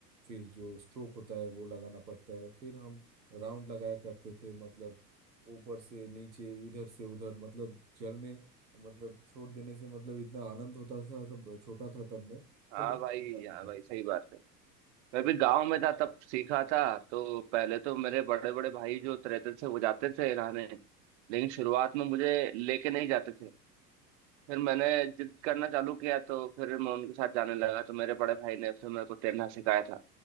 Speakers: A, on the right; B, on the right.
A: फिर जो स्ट्रोक होता है वो लगाना पड़ता है फिर हम राउंड लगाया करते थे मतलब ऊपर से नीचे इधर से उधर मतलब जल में मतलब छोड़ देने से मतलब इतना आनंद होता था सब छोटा था तब मैं
B: हाँ
A: तो बहुत
B: भाई
A: मजा
B: हाँ
A: आता
B: भाई
A: था
B: सही बात है मैं भी गांव में था तब सीखा था तो पहले तो मेरे बड़े बड़े भाई जो तैरते थे वो जाते थे नहाने लेकिन शुरुआत में मुझे लेके नहीं जाते थे फिर मैंने जिद करना चालू किया तो फिर मैं उनके साथ जाने लगा तो मेरे बड़े भाई ने फिर मेरे को तैरना सिखाया था